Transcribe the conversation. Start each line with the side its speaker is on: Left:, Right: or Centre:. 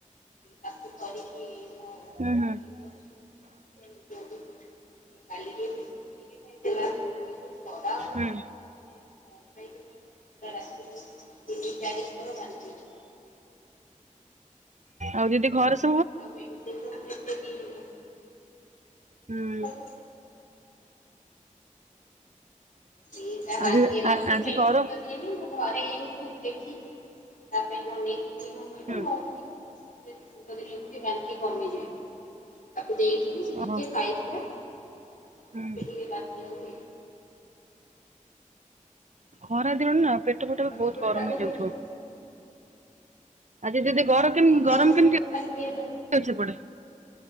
Left: ତାକୁ ଧରିକି ମୋ ସ୍ୱାମୀ
Right: ହୁଁ
Left: ଧରିକି ବସଛନ୍ତି ଖେଲୋଉଛନ୍ତି। କାଲି ଯୋଉ ବିସ୍କୁଟ ଟିକେ ଖାଇଦେଲା ଆଉ ଏଇ ଯୋଉ ଖରା ହଉଛି
Right: ହୁଁ
Left: ମାନେ କଣ ପାଇଁ କେଜାଣି ପୁରା ରାତିରେ ତିନି ଚାରିଥର ବାନ୍ତି କଲା।
Right: ଆଉ ଦିଦି ଘରେ ସ
Left: ଆଉ ମେଡିସିନ୍ ତ ମୁଁ ଏତେ ଦିଏନି।
Right: ହୁଁ।
Left: ଭଲ ସେ ତା ବାନ୍ତି
Right: ଆଜି
Left: ହେଲା ବୋଲି
Right: ଆଜି
Left: ମେଡିସିନ
Right: କର
Left: ତ ଦିଏନି ମୁଁ ଘରେ ୟୁଟ୍ୟୁବ ଦେଖିକି ତା ପାଇଁ ବନେଇଥିଲି କଣ କହିଲ
Right: ହୁଁ
Left: ମହୁ ଟିକେ ଆଉ ଗୁଜୁରାତି ଦେଲେ ଟିକେ ବାନ୍ତି କମିଯାଏ। ତାକୁ ଦେଇଥିଲି ସେ
Right: ଓହୋ
Left: ଟିକେ ଖାଇଥିଲା। ଆଉ
Right: ହୁଁ।
Left: ଏବେ ଟିକେ ବାନ୍ତି ଆଉ ହେଇନି।
Right: ଖରା ଦିନ ନା ପେଟ ଫେଟ
Left: ଆଉ
Right: ବି
Left: ସେପଟେ
Right: ବହୁତ ଗରମ
Left: ପାଗ
Right: ହେଇଯାଉଥିବ।
Left: କେମିତି?
Right: ଆଜି ଦିଦି
Left: ହଁ
Right: ଗର
Left: ପା ସେଇଆ ଗରମ
Right: କେମିତି
Left: ହେଇଗଲା ଟିକେ ଦ
Right: ଅଛି ସେପଟେ?